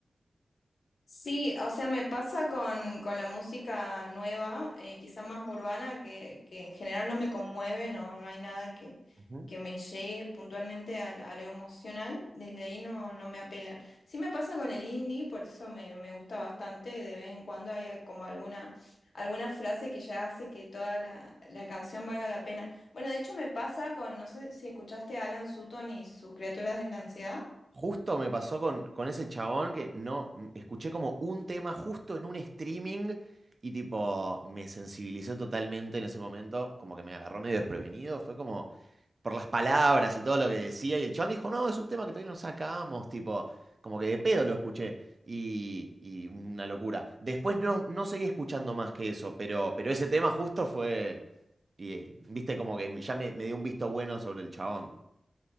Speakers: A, on the left; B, on the right.
A: Sí, o sea, me pasa con, con la música nueva, eh, quizá más urbana, que, que en general no me conmueve, no, no hay nada que,
B: Ujú.
A: que me llegue puntualmente a, la- a lo emocional, desde ahí no, no me apelan. Sí me pasa con el indie, por eso me, me gusta bastante, de vez en cuando hay eh, como alguna, alguna frase que ya hace que toda la, la canción valga la pena. Bueno, de hecho me pasa con, no sé si escuchaste a Alan Sutton y sus criaturas de la ansiedad.
B: Justo me pasó con, con ese chabón que no escuché como un tema justo en un streaming y tipo me sensibilizó totalmente en ese momento, como que me agarró medio desprevenido, fue como por las palabras y todo lo que decía y el chabón dijo, no, es un tema que todavía no sacamos, tipo, como que de pedo lo escuché y, y una locura. Después no, no seguí escuchando más que eso, pero, pero ese tema justo fue, y, eh, viste, como que ya me, me dio un visto bueno sobre el chabón.